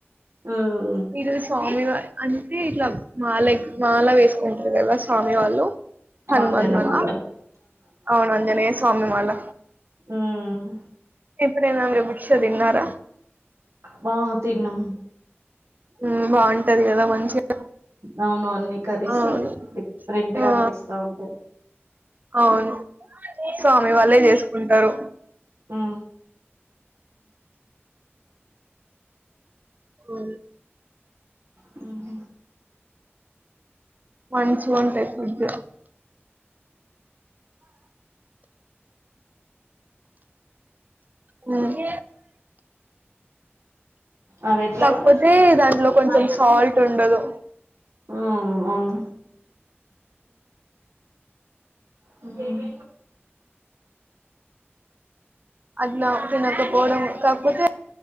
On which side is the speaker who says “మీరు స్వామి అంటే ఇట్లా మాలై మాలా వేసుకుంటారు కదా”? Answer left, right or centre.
Right